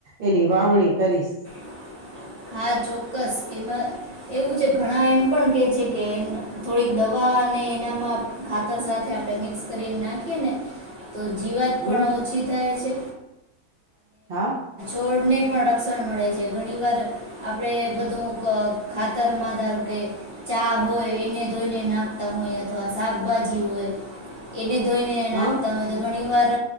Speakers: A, on the right; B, on the right.
A: એની વાવણી કરીશ.
B: <inaudible> હા ચોક્કસ એમાં એવું છે, ઘણા એમ પણ કે છે કે થોડીક દવા અને એનામાં ખાતર સાથે આપણે મિક્સ કરીને નાખીએ ને તો જીવાત
A: હમ
B: પણ ઓછી થાય છે.
A: હા.
B: થડ <unintelligible> ને પણ રક્ષણ મળે છે. ઘણી વાર આપડે બધું ખાતર માં ધારો કે ચા હોય એને ધોઈને નાખતા હોય અથવા શાકભાજી હોય એને ધોઈને
A: હા
B: નાખતા હોય તો ઘણી <unintelligible> વાર